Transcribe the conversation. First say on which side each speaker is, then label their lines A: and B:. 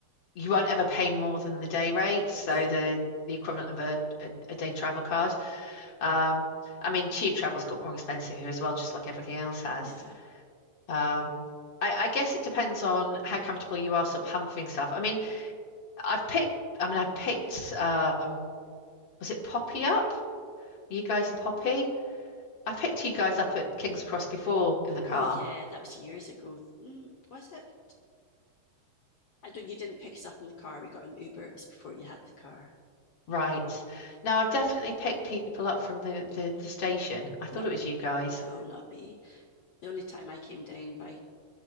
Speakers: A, on the left; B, on the left.
A: you won't ever pay more than the day rate, so
B: Yeah.
A: the the equivalent of a, a, a day travel card. Um, I mean, tube travel's got more expensive here as well, just like everything else has.
B: Yeah.
A: Um, I, I guess it depends on how comfortable you are sort of humping stuff. I mean, I've picked, I mean, I picked, um, was it Poppy up? You guys and Poppy? I picked you guys up at King's Cross before in the car.
B: Oh, yeah. That was years ago. Mm, was it? I don't, you didn't pick us up in the car. We got an Uber. It was before you had the car.
A: Right. No, I've definitely picked people up from the, the, the station. I thought
B: Not,
A: it was you guys.
B: no, not me. The only time I came down by